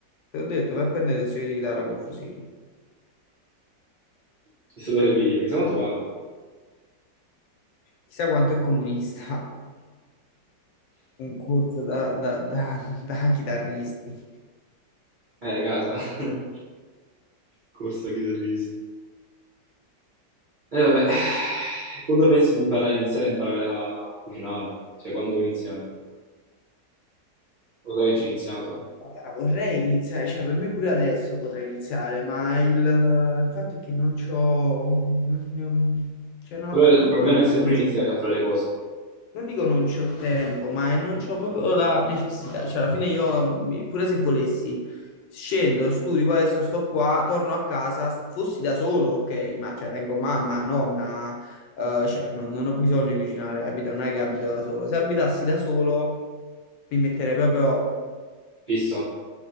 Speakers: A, on the left; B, on the right.
A: Te l'ho detto, vai a prendere lezioni di chitarra col fusillo.
B: Chissà dove le piglio, chissà quanto pago.
A: Chissà quanto è comunista <laughs> un corso da, da- da- da chitarristi.
B: Eh, casa. <laughs> Corsa da chitarrista. Eh vabbè, eh, quando pensi di imparare, iniziare a imparare a cucinare? Cioè, quando vuoi iniziare? Lo sai che ci ho iniziato.
A: Ah, vorrei iniziare, cioè per me pure adesso potrei iniziare, ma il, il fatto è che non c'ho, non, ne ho- cioè non,
B: Però
A: appa-
B: il
A: non,
B: problema
A: non-
B: è sempre
A: non
B: iniziare
A: c'ho
B: a fare le cose.
A: Non dico non c'ho tempo, ma è- non c'ho proprio la necessità. Cioè, alla fine io, mi- pure se volessi, scendo, studio, poi adesso sto qua, torno a casa, fossi da solo, ok, ma cioè, tengo mamma, nonna, eh, cioè, non, non ho bisogno di cucinare, capito? Non è che abito da solo. Se abitassi da solo, mi metterei proprio
B: Fisso?